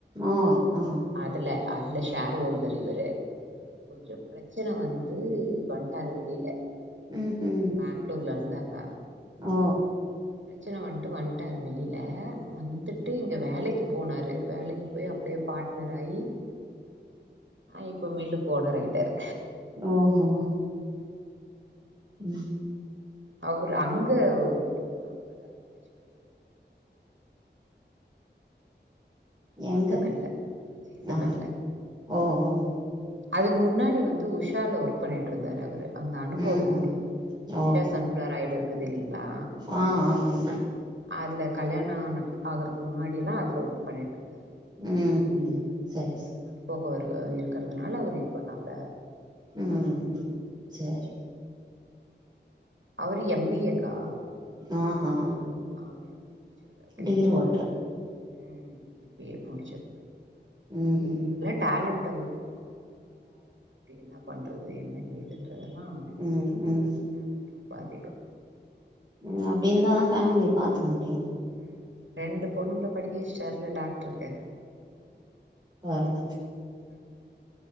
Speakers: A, on the right (about 20°); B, on the right (about 85°).
A: ஆ ஆ
B: அதுல அதுல ஷேர் ஹோல்டர் இவரு கொஞ்ச பெர்ச் பிரச்சன வந்து வண்டாரு வெளில
A: ம் ம்
B: பெங்களூர்ல இருந்தாங்க
A: ஓ
B: பிரச்சன வந்ட்டு வந்ட்டாரு வெளியில வந்துட்டு இங்க வேலைக்கு போனாரு வேலைக்கு போய் அப்படியே பாட்னர் ஆயி அ இப்ப மீல்லுக் ஓனர் ஆய்ட்டார்
A: ஓஹோ ம்
B: அவுரு அங்க ஒரு ஐம்பது அறுபது லட்சம் வ ஜி
A: எங்க?
B: செவன்ல ஜி செவன்ல
A: ஆ, ஓ ஓ
B: அதுக் முன்னாடி வந்து உஷால ஒர்க் பண்ணிட்ருந்தாரு அவுரு அந்த அனுபவோ
A: ம்ஹ்ம். ஓ!
B: ஷா சன்ஃப்ளவர் ஆயில் இருக்குது இல்லைங்களா
A: ஆ, ஆமாமா.
B: அதுல கல்யாண ஆன ஆகறக் முன்னடியெல்லா அதுல ஒர்க் பண்ணிட்டுருந்தார்
A: ம் ம் சரி சர
B: போக வர இருக்கிறதுனால அவுரு இப்ப நல்ல
A: ம் சேரி
B: அவுரு எம் பி ஏ க்கா
A: ஆஹா
B: அவரு எம் பி ஏ முடிச்சிருக்காரு அப்படியே
A: டீரோல்டர்.
B: ம் எம் பி ஏ முடிச்சிரு
A: ம்ஹ
B: டேலண்ட்டு அவுரு என்ன பண்றது என்ன ஏ துன்றதெல்லா
A: ம், ம்.
B: டேலண்ட் ரொம்ப அதிகோ
A: ம் அப்படி இருந்தாதா ஃபேமிலிய பாத்துக் முடியு
B: ம் ரெண்டு பொண்ணுங்ல படிக்க வெச்டார்ல டாக்ட்ருக்கு
A: வேற என்ன
B: ம்